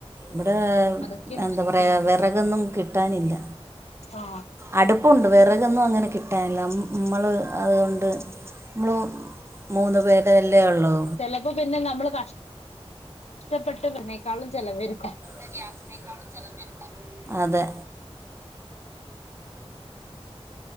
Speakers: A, on the right; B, on the left.
A: വടെ
B: അതൊക്കെയാണ്
A: എന്താ
B: ബുദ്ധിമുട്ട്
A: പ റയ വെറകൊന്നും കിട്ടാനില്ല
B: ആ
A: അടു പ്പുണ്ട് വെറകൊന്നും അങ്ങന കിട്ടാൻല നമ്മ് മ്മള് അത്കൊണ്ട് മ്മള് മൂന്ന് പേരല്ലെ ഒള്ളൂ.
B: ചെലവ് പിന്നെ നമ്മള് കഷ് ടപ്പെട്ട് കൊട്‌ന്നെക്കാളും ചെലവെരുക്കും.
A: ഇനി <inaudible> ക്കാളും. ചെലവെര്ക്കും അതെ.
B: <inaudible>